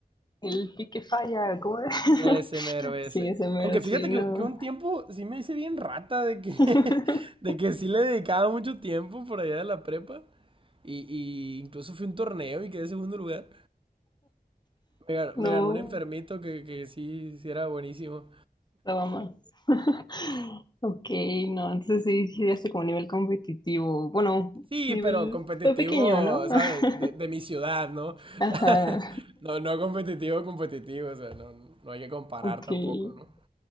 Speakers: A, on the left (about 25°); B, on the right (about 30°).
A: El pique falla, ¿cómo era? <laughs>
B: Ese mero ese.
A: Sí, ese mero,
B: Aunque fíjate
A: sí,
B: que,
A: no.
B: que un tiempo sí me hice bien rata de que,
A: <laughs>
B: <laughs> de que sí le dedicaba mucho tiempo por allá de la prepa. Y, y incluso fui a un torneo y quedé segundo lugar. Me, gan-
A: No,
B: me ganó un enfermito que, que sí, sí era buenísimo.
A: estaba más. <laughs> Ok, no, entonces sí, sí, ya como nivel competitivo. Bueno,
B: Sí,
A: nivel
B: pero competitivo,
A: fue pequeño, ¿no?
B: ¿sabes?
A: <laughs>
B: De, de mi ciudad, ¿no? <laughs>
A: Ajá,
B: No, no competitivo, competitivo, o sea, no, no hay que comparar
A: ok,
B: tampoco,
A: sí,
B: ¿no?